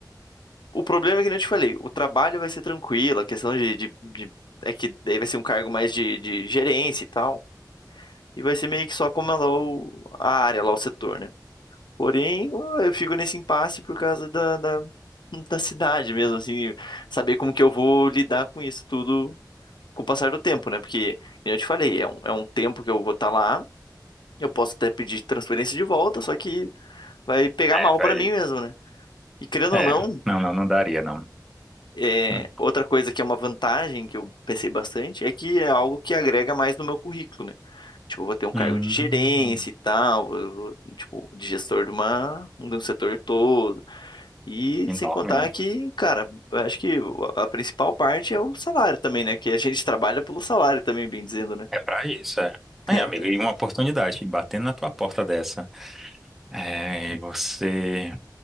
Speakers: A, on the left; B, in the centre.
A: O problema é que nem eu te falei, o trabalho vai ser tranquilo, a questão de, de, de- é que daí vai ser um cargo mais de, de gerência e tal, e vai ser meio que só comandar o, a área lá, o setor, né? Porém, eu fico nesse impasse por causa da, da, <laughs> da cidade mesmo, assim, saber como que eu vou lidar com isso tudo com o passar do tempo, né? Porque, como eu te falei, é um, é um tempo que eu vou estar lá, eu posso até pedir transferência de volta, só que vai pegar
B: É,
A: mal
B: vai.
A: pra mim mesmo, né? E querendo
B: É,
A: ou não,
B: não, não, não daria, não.
A: É,
B: Hum.
A: outra coisa que é uma vantagem que eu pensei bastante é que é algo que agrega mais no meu currículo, né? Tipo, eu vou ter um cargo
B: Hum,
A: de gerência e tal, vou- vou, tipo, de gestor de uma, de um setor todo. E
B: enorme,
A: sem contar
B: né?
A: que, cara, eu acho que a principal parte é o salário também, né? Que a gente <laughs> trabalha pelo salário também, bem dizendo, né?
B: É pra isso, é. Aí,
A: É.
B: amigo, e uma oportunidade, batendo na tua porta dessa. É, e você.